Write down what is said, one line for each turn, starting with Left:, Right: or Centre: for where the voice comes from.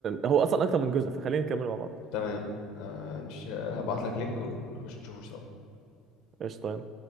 Right: هو اصلا اكتر من جزء فخلينا نكمل مع بعض
Left: تمام آه نش... هبعت لك لينك ونخش نشوفه سوا
Right: قشطه يلا.